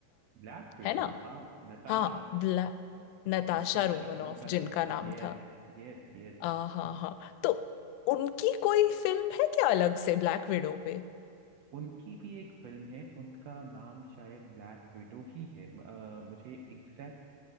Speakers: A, on the right (about 80°); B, on the left (about 90°).
A: ब्लैक विडो
B: है ना
A: हाँ नताशा
B: हाँ ब्लैक नताशा
A: नताशा
B: रोमनॉफ
A: उनका
B: जिनका
A: नाम
B: नाम
A: यस
B: था
A: यस यस
B: आ, हाँ हाँ तो उनकी कोई फिल्म है क्या अलग से ब्लैक विडो पे
A: उनकी भी एक फिल्म है उनका नाम शायद ब्लैक विडो ही है अ, मुझे एग्जैक्ट